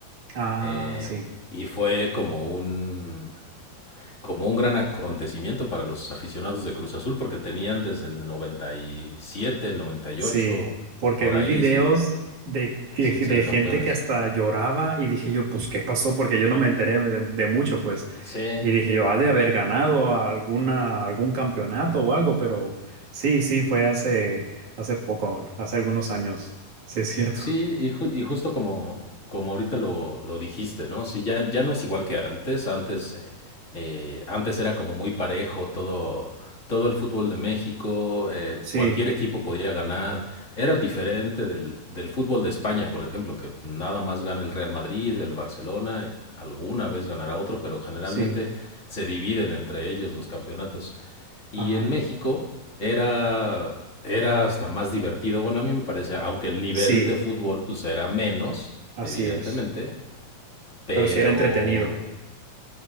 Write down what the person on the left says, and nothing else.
eh,
y fue como un como un gran acontecimiento para los aficionados de Cruz Azul porque tenían desde el 97, 98
por
ahí
sin
sin ser
campeones.
Sí,
Sí, y, ju- y justo como, como ahorita lo, lo dijiste, ¿no? Sí, ya, ya no es igual que antes. Antes, eh, eh, antes era como muy parejo todo, todo el fútbol de México, eh,
cualquier equipo podía ganar. Era diferente del, del fútbol de España, por ejemplo, que nada más gana el Real Madrid, el Barcelona, y alguna vez ganará otro, pero generalmente
se dividen entre ellos los campeonatos. Y
en México era, era hasta más divertido. Bueno, a mí me parece, aunque el nivel
de fútbol pues era menos,
evidentemente,
pero